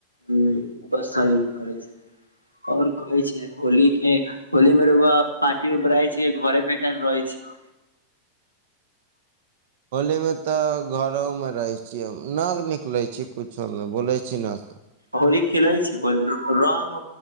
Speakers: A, on the right (about 90°); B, on the right (about 50°).
A: ह बस सही कह छै आओर कहै छै होली के होल मेरु पारटीपय छै घर बर रहै छै <inaudible>
B: होलीमे तऽ घरोमे रहैत छियै न निकलैत छीै कछोमे बोलै छी ने सभ
A: होली खिलै छियै रंग